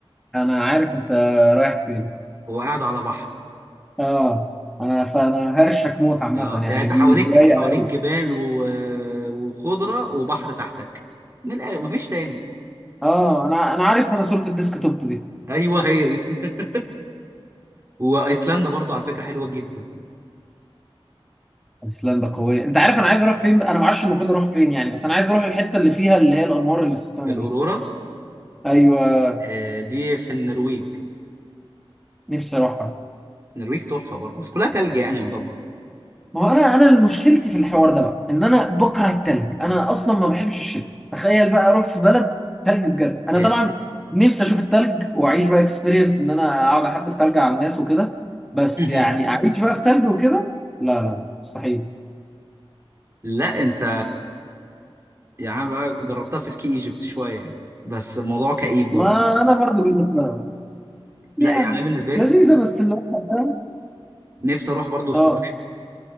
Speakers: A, in the centre; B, on the right (about 30°).
A: انا عارف انت رايح فين
B: وقاعد على بحر
A: اه انا فانا هرشك موت عامه
B: اه يعني
A: يعني
B: انت
A: دي
B: حواليك
A: دي رايقه
B: حواليك
A: أوي.
B: جبال و... وخضره وبحر تحتك من الآخر مفيش تاني
A: اه انا انا عارف انا صوره الديسك توب دي
B: <laughs> ايوه هي دي <laughs> وايسلندا برضو على فكره حلوه جدا
A: ايسلندا قويه انت عارف انا عايز اروح فين انا ما اعرفش المفروض اروح فين يعني بس انا عايز اروح الحته اللي فيها اللي هي الانوار اللي في السماء
B: الاورورا
A: دي ايوه
B: آه، دي في النرويج
A: نفسي اروحها
B: النرويج تحفه برضو بس كلها تلج يعني يعتبر
A: ما هو انا انا اللي مشكلتي في الحوار ده بقى ان انا بكره التلج انا اصلا ما بحبش الشتاء تخيل بقى اروح في بلد تلج بجد انا
B: هي
A: طبعا نفسي اشوف التلج واعيش بقى اكسبيرينس ان انا اقعد احدف تلج على الناس وكده بس
B: <laughs>
A: يعني اعيش بقى في تلج وكده لا لا لا مستحيل
B: لا انت يعني بقى جربتها في سكي ايجيبت شويه يعني بس الموضوع كئيب برضو
A: ما انا برضه جيت لك يعني
B: لا يعني انا بالنسبه
A: لذيذه
B: لي
A: بس اللي هو فاهم؟
B: نفسي اروح برضو استراليا
A: اه